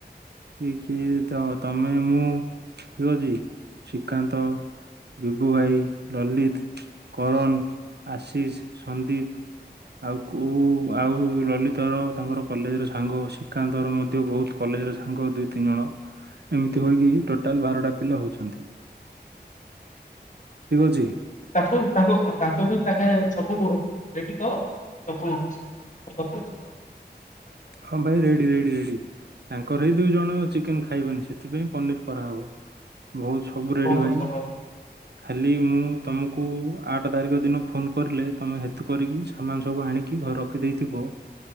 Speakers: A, on the right (about 70°); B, on the left (about 45°).
A: କିଏ କିଏ ତ ତମେ ମୁଁ ଠିକ ଅଛି ଶ୍ରୀକାନ୍ତ ବିଭୁ ଭାଇ, ଲଲିତ, କରନ, ଆଶିଷ, ସନ୍ଦୀପ ଆଉ କୋଉ ଆଉ ଲଳିତର ତାଙ୍କର କଲେଜର ସାଙ୍ଗ ଶ୍ରୀକାନ୍ତର ମଧ୍ୟ ବହୁତ କଲେଜର ତାଙ୍କ ଦୁଇ ତିନି ଜଣ ଏମିତି ହୋଇକି ଟୋଟାଲ ବାରଟା ପିଲା ହଉଛନ୍ତି। ଠିକ ଅଛି।
B: ତାଙ୍କ ତାଙ୍କ ବି ତାଙ୍କେ ସବୁ ରେଡି ତ ସବୁ ଆ କ
A: ହଁ ଭାଇ ରେଡି ରେଡି ରେଡି ତାଙ୍କର ହେଇ ଦୁଇ ଜଣ ଚିକେନ ଖ ଖାଇବେନି ସେଥିପାଇଁ ପନିର କରାହବ। ବହୁତ ସବୁ ରେଡ଼ି
B: ଓ ହଉ
A: ଭାଇ
B: ହଉ
A: ଖାଲି ମୁଁ ତମକୁ ଆଠ ତାରିଖ ଦିନ ଫୋନ୍ କରିଲେ ତମେ ହେତୁ କରିକି ସାମାନ ସବୁ ଆଣିକି ଘରେ ରଖି ଦେଇଥିବ